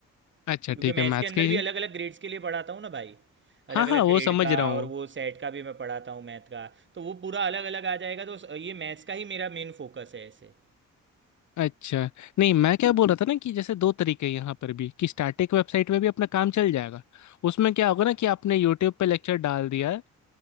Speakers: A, on the left; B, on the right.
A: अच्छा
B: क्योंकि
A: ठीक
B: मैं
A: है मैथ्स
B: इसके अंदर
A: का ही
B: भी अलग अलग ग्रेड्स के लिए पढ़ाता हूँ ना भाई अलग
A: हाँ
B: अलग
A: हाँ वो
B: ग्रेड
A: समझ
B: का
A: रहा हूँ
B: और वो सेट का भी मैं पढ़ाता हूँ मैथ का तो वो पूरा अलग अलग आ जाएगा तो स- ये मैथ्स का ही मेरा मेन फोकस है ऐसे
A: अच्छा नहीं मैं क्या बोल रहा था ना कि जैसे दो तरीके हैं यहाँ पर भी कि स्टैटिक वेबसाइट में भी अपना काम चल जाएगा उसमें क्या होगा ना कि आपने यूट्यूब पे लेक्चर डाल दिया है